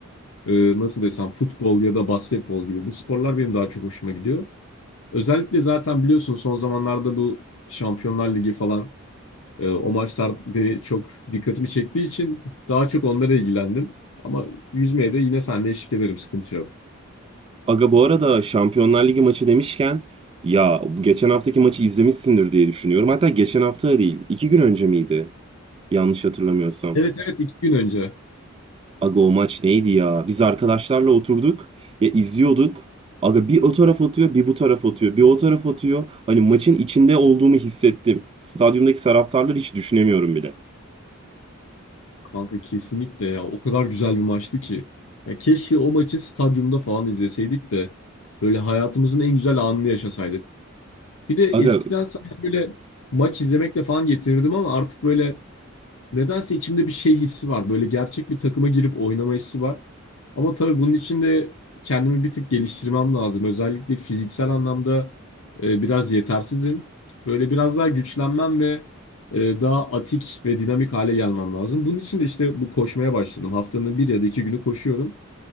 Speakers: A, on the left; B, on the right.
A: e, nasıl desem futbol ya da basketbol gibi bu sporlar benim daha çok hoşuma gidiyor. Özellikle zaten biliyorsun son zamanlarda bu Şampiyonlar Ligi falan e, o maçlar beni çok dikkatimi çektiği için daha çok onlara ilgilendim. Ama yüzmeye de yine seninle eşlik ederim sıkıntı yok.
B: Aga bu arada Şampiyonlar Ligi maçı demişken ya bu geçen haftaki maçı izlemişsindir diye düşünüyorum. Hatta geçen hafta da değil, iki gün önce miydi? Yanlış hatırlamıyorsam.
A: Evet evet iki gün önce.
B: Aga o maç neydi ya? Biz arkadaşlarla oturduk ya izliyorduk. Aga bir o taraf atıyor, bir bu taraf atıyor, bir o taraf atıyor. Hani maçın içinde olduğumu hissettim. Stadyumdaki taraftarları hiç düşünemiyorum bile.
A: Kanka kesinlikle ya o kadar güzel bir maçtı ki. Ya keşke o maçı stadyumda falan izleseydik de böyle hayatımızın en güzel anını yaşasaydık. Bir de
B: Aga
A: eskiden sadece böyle maç izlemekle falan yetinirdim ama artık böyle Nedense içimde bir şey hissi var. Böyle gerçek bir takıma girip oynama hissi var. Ama tabii bunun için de kendimi bir tık geliştirmem lazım. Özellikle fiziksel anlamda e, biraz yetersizim. Böyle biraz daha güçlenmem ve e, daha atik ve dinamik hale gelmem lazım. Bunun için de işte bu koşmaya başladım. Haftanın bir ya da iki günü koşuyorum.